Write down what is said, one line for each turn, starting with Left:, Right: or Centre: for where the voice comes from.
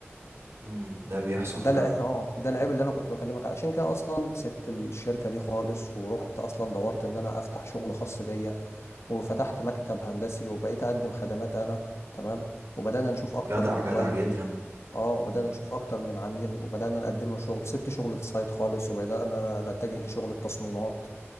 Right: امم ده بيحصل
Left: ده
Right: فعلا
Left: الع... اه ده
Right: مم.
Left: العيب اللي انا كنت بكلمك عليه. علشان كده اصلا سبت الشركه دي خالص ورحت اصلا دورت ان انا افتح شغل خاص بيا وفتحت مكتب هندسي وبقيت اقدم خدمات انا تمام وبدانا نشوف اكتر
Right: جدع
Left: من
Right: جدع
Left: كلاينت
Right: جدا
Left: اه وبدانا
Right: مم.
Left: نشوف اكتر من عميل وبدانا نقدم له شغل سبت شغل السايت خالص وبدانا نتجه لشغل التصميمات